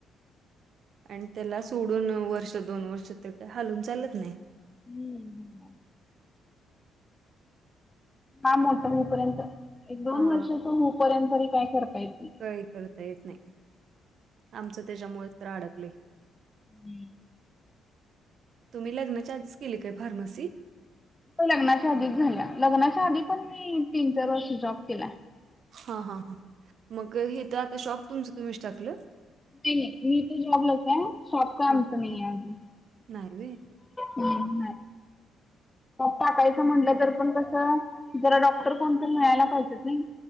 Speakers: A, on the right; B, on the left.
A: आणि त्याला सोडून वर्ष दोन वर्ष ते का हालून चालत नाही.
B: हम्म ह. हा मोठा हो पर्यंत एक दोन
A: हा
B: वर्ष त हो पर्यंत ह काय करता येत नाही.
A: काही करता येत नाही आमचं त्याच्यामुळेच तर अडकले.
B: हम्म.
A: तुम्ही लग्न चा्स केली काय फार्मसी
B: लग्नाच्या आधीच झाल्या लग्नाच्या आधी पण मी तीन चार वर्ष जॉब केलाय.
A: हा हा ह मग हे तर आता शॉप तुमचं तुम्हीच टाकलं.
B: नाही नाही मी तर जॉबलाच आहे शॉप काय
A: हा
B: आमचं नाही आहे अजून
A: नाही होय.
B: हम्. टाकायचं म्हणलं तर पण कस जरा डॉक्टर कोणत मिळायला पाहिजेेत नाही.